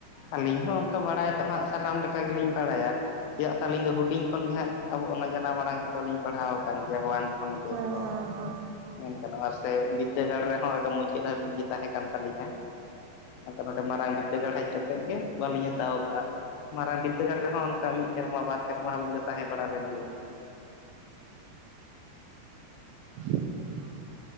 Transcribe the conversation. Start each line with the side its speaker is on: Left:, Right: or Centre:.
Left: ᱟᱹᱞᱤᱧ ᱦᱚᱸ ᱚᱱᱠᱟ ᱵᱟᱲᱟᱭ ᱫᱚ ᱦᱟᱸᱜ ᱥᱟᱱᱟᱢ ᱞᱮᱠᱟ ᱜᱤᱞᱤᱧ ᱵᱟᱲᱟᱭᱟ᱾ ᱪᱮᱫᱟᱜ ᱥᱮ ᱟᱹᱞᱤᱧ ᱫᱚ ᱦᱩᱰᱤᱧ ᱠᱷᱚᱱ ᱜᱮ ᱦᱟᱸᱜ ᱟᱵᱚ ᱚᱱᱟ ᱡᱟᱱᱟᱢ ᱟᱲᱟᱝ ᱛᱮᱫᱚ ᱞᱤᱧ ᱯᱟᱲᱦᱟᱣ ᱠᱟᱱ ᱜᱮᱭᱟ ᱳᱣᱟᱱ ᱠᱷᱚᱱ ᱜᱮ
Right: ᱦᱮᱸ ᱦᱮᱸ
Left: <inaudible> ᱢᱮᱱᱜᱟᱱᱚᱜᱼᱟ ᱥᱮ ᱵᱤᱨᱫᱟᱹᱜᱟᱲ ᱨᱮᱦᱚᱸ ᱮᱠᱫᱚᱢ ᱢᱩᱪᱟᱹᱫ ᱦᱟᱹᱵᱤᱡ ᱜᱮ ᱛᱟᱦᱮᱸ ᱠᱟᱱ ᱛᱟᱞᱤᱧᱟ᱾ ᱱᱚᱰᱮ ᱢᱟᱨᱟᱝ ᱵᱤᱨᱫᱟᱹᱜᱟᱲ ᱦᱮᱡ ᱠᱟᱛᱮᱜ ᱜᱮ ᱵᱟᱹᱞᱤᱧ ᱦᱟᱛᱟᱣ ᱠᱟᱜᱼᱟ᱾ ᱢᱟᱨᱟᱝ ᱵᱤᱫᱽᱫᱟᱹᱜᱟᱲ ᱨᱮᱦᱚᱸ ᱚᱱᱠᱟ ᱢᱤᱫ ᱥᱮᱨᱢᱟ ᱵᱟᱨ ᱥᱮᱨᱢᱟ ᱦᱟᱹᱵᱤᱡ ᱫᱚ ᱛᱟᱦᱮᱸ ᱵᱟᱲᱟ ᱞᱮᱱ ᱜᱮᱭᱟ᱾
Right: <inaudible>